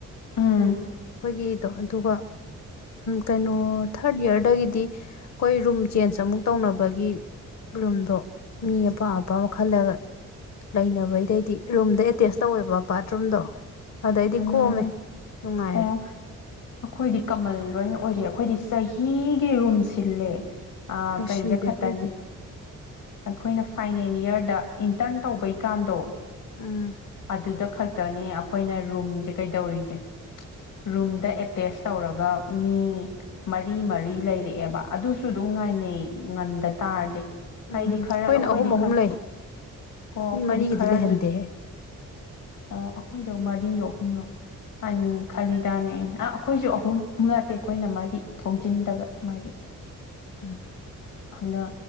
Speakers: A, on the left; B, on the left.
A: ꯑꯥ
B: ꯑꯩꯈꯣꯏꯒꯤꯗꯣ ꯑꯗꯨꯒ ꯀꯩꯅꯣ ꯊꯥꯔꯠ ꯏꯌꯥꯔꯗꯒꯤꯗꯤ ꯑꯩꯈꯣꯏ ꯔꯨꯝ ꯆꯦꯟꯖ ꯑꯃꯨꯛ ꯇꯧꯅꯕꯒꯤ ꯔꯨꯝꯗꯣ ꯃꯤ ꯑꯄꯥꯝ ꯑꯄꯥ ꯑꯃ ꯈꯜꯂꯒ ꯂꯩꯅꯕꯩꯗꯩꯗꯤ ꯔꯨꯝꯗ ꯑꯦꯇꯦꯁ ꯇꯧꯋꯦꯕ ꯕꯥꯠꯔꯨꯝꯗꯣ ꯑꯗꯩꯗꯤ
A: ꯎꯝ
B: ꯀꯣꯝꯃꯦ ꯅꯨꯡꯉꯥꯏꯔꯦ
A: ꯑꯣ ꯑꯩꯈꯣꯏꯗꯤ ꯀꯃꯜ ꯂꯣꯏ ꯑꯣꯏꯔ ꯑꯩꯈꯣꯏꯗꯤ ꯆꯍꯤꯒꯤ ꯔꯨꯝ ꯁꯤꯜꯂꯦ
B: ꯑꯁ
A: ꯀꯩꯗ
B: ꯁꯤꯟꯗꯦ
A: ꯈꯛꯇꯅꯤ
B: ꯑꯩꯈꯣꯏꯗꯤ
A: ꯑꯩꯈꯣꯏꯅ ꯐꯥꯏꯅꯦꯜ ꯌꯥꯔꯗ ꯏꯟꯇꯔꯟ ꯇꯧꯕꯩꯀꯥꯟꯗꯣ
B: ꯎꯝ
A: ꯑꯗꯨꯗ ꯈꯛ ꯈꯛꯇꯅꯤ ꯑꯩꯈꯣꯏꯅ ꯔꯨꯝꯁꯦ ꯀꯩꯗꯧꯔꯤꯁꯦ ꯔꯨꯝꯗ ꯑꯦꯇꯦꯁ ꯇꯧꯔꯒ ꯃꯤ ꯃꯔꯤ ꯃꯔꯤ ꯂꯩꯔꯛꯑꯦꯕ ꯑꯗꯨꯁꯨ ꯑꯗꯨꯝ ꯅꯨꯡꯉꯥꯏꯅꯦ ꯉꯟꯗ ꯇꯥꯔꯗꯤ ꯍꯥꯏꯗꯤ
B: ꯎꯝ ꯑꯩꯈꯣꯏꯅ
A: ꯈꯔ ꯑꯩꯈꯣꯏꯗꯤ
B: ꯑꯍꯨꯝ ꯑꯍꯨꯝ
A: ꯈꯔ
B: ꯂꯩ
A: ꯑꯣ ꯑꯩꯈꯣꯏꯗꯤ
B: ꯃꯤ ꯃꯔꯤꯒꯗꯤ
A: ꯈꯔ
B: ꯂꯩꯍꯟꯗꯦꯍꯦ
A: ꯖꯨꯠ ꯑ ꯑꯩꯈꯣꯏꯗꯣ ꯃꯔꯤꯔꯣ ꯑꯍꯨꯝꯂꯣ ꯈꯂꯤꯗꯥꯅꯦ ꯑ ꯑꯩꯈꯣꯏꯁꯨ ꯑꯍꯨꯝ ꯅꯠꯇꯦ ꯑꯩꯈꯣꯏꯅ ꯃꯔꯤ ꯊꯣꯡꯖꯤꯟꯗ ꯃꯥꯗꯤ
B: ꯎꯝ
A: ꯑ